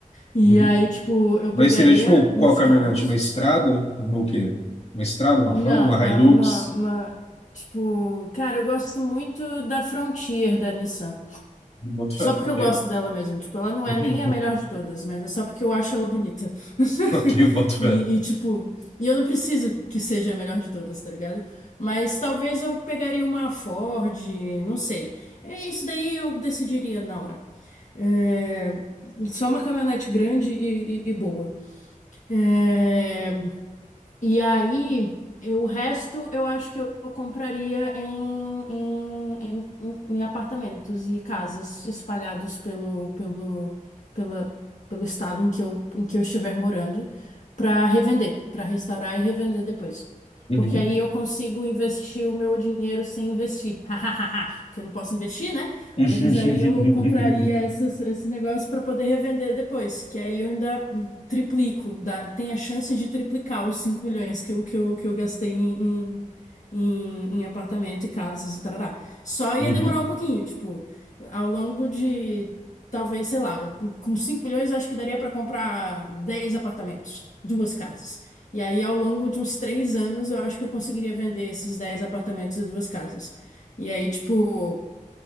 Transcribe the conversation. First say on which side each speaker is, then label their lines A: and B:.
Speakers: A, on the left; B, on the left.
A: E
B: Uhum.
A: aí, tipo, eu
B: Mas
A: pegaria
B: seria tipo,
A: uns
B: qual caminhonete?
A: carros.
B: Uma estrada? Uma o quê? Uma estrada, uma
A: Não,
B: RAM, uma
A: uma,
B: Hilux?
A: uma, uma- Tipo, cara, eu gosto muito da Frontier da Nissan.
B: Boto
A: Só
B: fé,
A: porque
B: ok.
A: eu gosto dela mesmo. Tipo, ela não
B: <laughs> Uhum.
A: é nem a melhor de todas, mas é só porque eu acho ela bonita. <laughs>
B: Ok, eu boto fé.
A: E, e, tipo, e eu não preciso que seja a melhor de todas, tá ligado? Mas talvez eu pegaria uma Ford, não sei. É isso daí eu decidiria na hora. É, só uma caminhonete grande e, e- e boa. É, e aí, eu- o resto eu acho que eu, eu compraria em, em, em, em- em apartamentos e casas espalhados pelo, pelo, pela, pelo estado em que eu, em que eu estiver morando, para revender, para restaurar e revender depois.
B: Uhum.
A: Porque aí eu consigo investir o meu dinheiro sem investir. <laughs> Porque eu não posso investir, né?
B: <laughs>
A: Mas aí eu compraria essas, esse negócio para poder revender depois. Que aí eu ainda triplico, dá- tem a chance de triplicar os 5 milhões que eu, que eu, que eu gastei em, em, em- em apartamento e casas e tarará. Só ia
B: Uhum.
A: demorar um pouquinho, tipo, ao longo de, talvez, sei lá, com 5 milhões eu acho que daria para comprar 10 apartamentos, duas casas. E aí, ao longo de uns três anos, eu acho que eu conseguiria vender esses 10 apartamentos e duas casas. E aí, tipo,